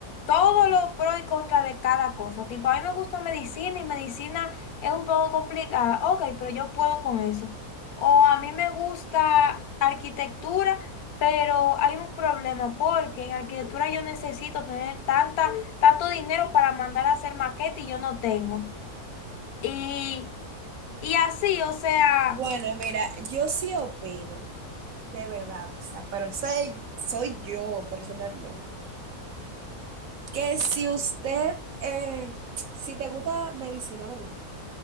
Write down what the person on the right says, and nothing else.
bueno, mira, yo sí opino, de verdad, o sea, pero soy, soy yo personalmente, que si usted, eh, si te gusta medicina, ¿verdad?